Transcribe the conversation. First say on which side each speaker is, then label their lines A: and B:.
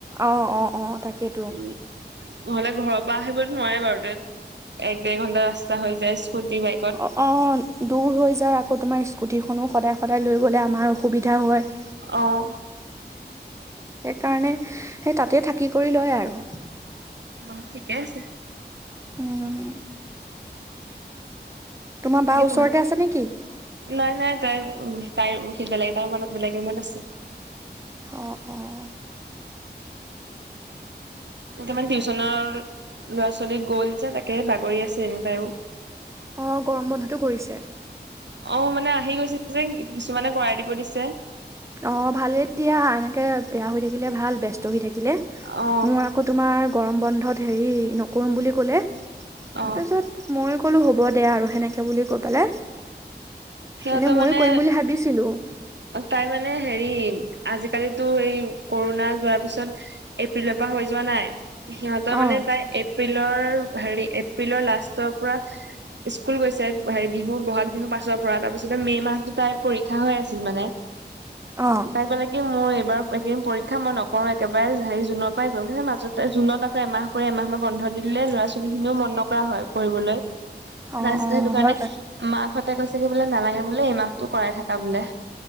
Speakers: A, on the right; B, on the right.
A: অ' অ' অ' তাকেই।
B: উম' নহ'লে ঘৰৰ পৰা আহিবতো নোৱাৰে বাৰু, তেক' এক-ডেৰ ঘণ্টা ৰাস্তা হৈ যায় স্কুটি, বাইক।
A: অঁ অঁ, দূৰ হৈ যায়। আকৌ তোমাৰ স্কুটিখনো সদায় সদায় লৈ গ'লে আমাৰ অসুবিধা হয়।
B: অ
A: সেইকাৰণে সেই তাতে থাকি কৰি লয় আৰু।
B: অঁ, ঠিকেই আছে।
A: উঁম, তোমাৰ
B: লাগে
A: বা ওচৰতে
B: তোমাক?
A: আছে নেকি?
B: নাই, নাই। তাইৰ তাইৰ বেলেগ এটা ৰুমত বেলেগ ৰুমত আছে।
A: অঁ, অঁ,
B: এতা মানে টিউচনৰ ল'ৰা-ছোৱালী গ'ল যে, তাকে বাগৰি আছে এনেকে আৰু
A: অঁ, গৰম বন্ধতো কৰিছে।
B: অঁ, মানে আহি গৈছে যে, কিছুমানে কৰাই দিব দিছে।
A: অ ভালেই দিয়া এনেকে বেয়া হৈ থাকিলে ভাল ব্যস্ত হৈ থাকিলে
B: অ
A: মোৰ আ আকৌ তোমাৰ গৰম বন্ধত হেৰি নকৰোম বুলি ক'লে
B: অ
A: তাৰছত মই ক'লো হ'ব দেয়া আৰু সেনেকে বুলি কৈ পেলাই
B: সিহঁতৰ
A: এনে ময়ো
B: মানে
A: কৰিম বুলি ভাবিছিলো
B: তাই মানে হেৰি আজিকালিতো এই কৰোণা যোৱাৰ পিছত এপ্ৰিলৰ পা হৈ যোৱা নাই সিহঁতৰ
A: অ
B: মানে তাই এপ্ৰিলৰ হেৰি এপ্ৰিলৰ লাষ্টৰ পৰা স্কুল গৈছে হেৰি বিহু বহাগ বিহু পাছ ছৰ পৰা তাৰপিছতে মে মাহত তাই পৰীক্ষা হৈ আছিল মানে
A: অ
B: তাই কলে এ মোৰ এইবাৰ এইকেইদিন পৰীক্ষা মই নকৰো একেবাৰে হেৰি জুনৰ পৰাই কৰিম কিন্তু মাজতে জুনত আকৌ এমাহ কৰে নহলে বন্ধ দি দিলে ল'ৰা ছোৱালী খিনিও মন নকৰা হয় পঢ়িবলৈ তাৰপিছত
A: অ অ
B: সেইটো কাৰণে
A: হয় পাই
B: মাকহঁতে কৈছে কি বোলে নালাগে বোলে এই মাহটো কৰাই থাকা বোলে